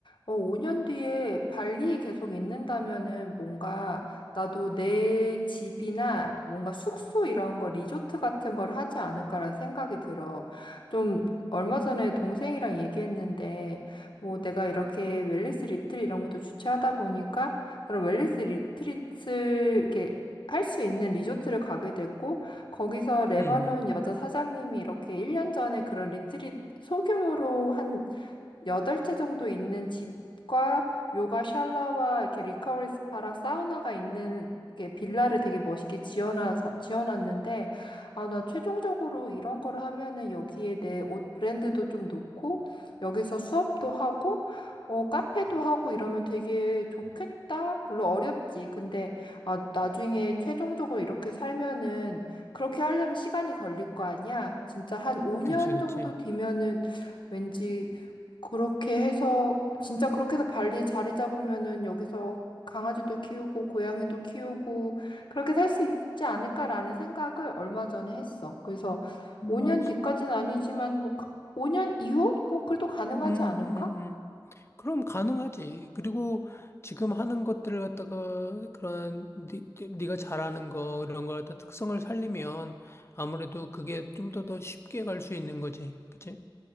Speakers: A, on the left; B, on the left.
A: 어, 5년 뒤에 발리에 계속 있는다면은 뭔가 나도 내 집이나 뭔가 숙소 이런 거, 리조트 같은 걸 하지 않을까라는 생각이 들어. 좀, 얼마 전에 동생이랑 얘기했는데, 뭐 내가 이렇게 웰니스 리트릿 이런 것도 주최하다 보니까, 그런 웰니스 리트릿을 이렇게 할 수 있는 리조트를 가게 됐고 거기서 레바논
B: 음,
A: 여자 사장님이 이렇게 1년 전에 그런 리트릿 소규모로 한 여덟 채 정도 있는 집과 요가 샬라와 이렇게 리커버리 스파랑 사우나가 있는 이렇게 빌라를 되게 멋있게 지어놔서 지어놨는데 아, 나 최종적으로 이런 거를 하면은 여기에 내 옷 브랜드도 좀 놓고 여기서 수업도 하고 어, 카페도 하고 이러면 되게 좋겠다. 물론 어렵지. 근데 아, 나중에 최종적으로 이렇게 살면은 그렇게 하려면 시간이 걸릴 거 아니야? 진짜 한 5년
B: 그치, 그치.
A: 정도 뒤면은 왠지 그렇게 해서 진짜 그렇게 해서 발리 자리 잡으면은 여기서 강아지도 키우고 고양이도 키우고 그렇게 살 수 있지 않을까라는 생각을 얼마 전에 했어. 그래서
B: 맞,
A: 5년 뒤까지는 아니지만 뭐 가- 5년 이후 뭐 그래도 가능하지
B: 음, 음,
A: 않을까?
B: 음. 음. 그럼 가능하지. 그리고 지금 하는 것들을 갖다가 그런 니, 네가 잘하는 거 이런 걸 갖다 특성을 살리면 아무래도 그게 좀 더 더 쉽게 갈 수 있는 거지. 그치?